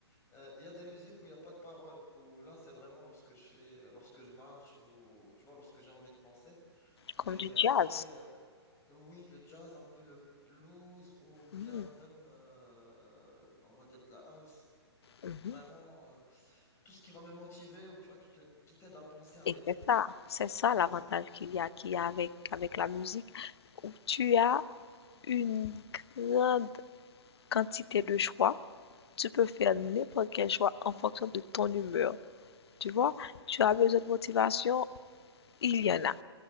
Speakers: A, on the left; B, on the left.
A: Euh, Il y a des musiques où il n'y a pas de paroles, où là c'est vraiment lorsque je fais lorsque je marche ou tu vois lorsque j'ai envie de penser. Mais
B: comme du
A: après,
B: jazz.
A: euh, oui, le jazz, un peu le blues ou bien
B: Mm,
A: même, euh, on va dire, de la house.
B: mhm.
A: Vraiment, euh, tout ce qui va me motiver ou tu vois, qui te, qui t'aide à penser, à méditer.
B: Et c'est ça, c'est ça
A: C'est
B: l'avantage
A: ça,
B: qu'il y a, qu'il y a avec, avec la musique, où tu as une grande quantité de choix. Tu peux faire n'importe quel choix en fonction de ton humeur. Tu vois,
A: c'est ça.
B: tu as besoin de motivation, il y en a.